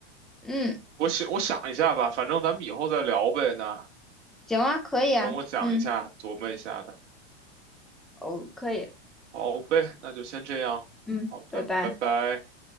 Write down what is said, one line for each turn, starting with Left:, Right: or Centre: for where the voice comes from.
Centre: 嗯，
Right: 我想我想一下吧，反正咱们以后再聊呗。那
Centre: 行啊，可以啊，
Right: 等我讲一下，
Centre: 嗯，
Right: 琢磨一下的。
Centre: 哦，可以。
Right: 好呗，那就先这样。
Centre: 嗯，
Right: 好的，
Centre: 拜拜。
Right: 拜拜。